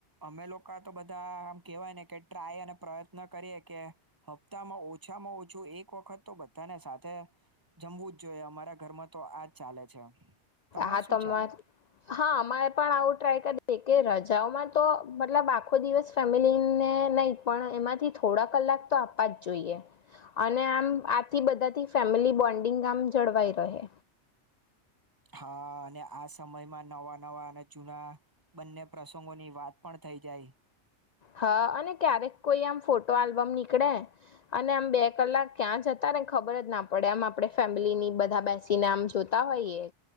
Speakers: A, on the right; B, on the left.
A: અમે લોકો તો બધા આમ કેવાય ને કે ટ્રાય અને પ્રયત્ન કરીએ કે હપ્તામાં ઓછામાં ઓછું એક વખત તો બધાને સાથે જમવું જ જોઈએ અમારા ઘરમાં તો આજ ચાલે છે તમાર
B: હ
A: શું
B: તમા
A: ચાલે
B: હા તમારે પણ આવું ટ્રાય કરી કે રજાઓમાં તો મતલબ આખો દિવસ ફેમિલીને નહી પણ એમાંથી થોડા કલાક તો આપવા જ જોઈએ અને આમ આથી બધાથી ફેમિલી બોન્ડ ગામ જળવાઈ રહે
A: હા અને આ સમયમાં નવા નવા અને જૂના બંને પ્રસંગોની વાત પણ થઈ જાય
B: હા અને ક્યારેક કોઈ આમ ફોટો આલ્બમ ની અને આમ બે કલાક ક્યાં જતા ને ખબર જ ના પડેમ આપણે ફેમિલી ની બધા બેસીને આમ જોતા હોઈએ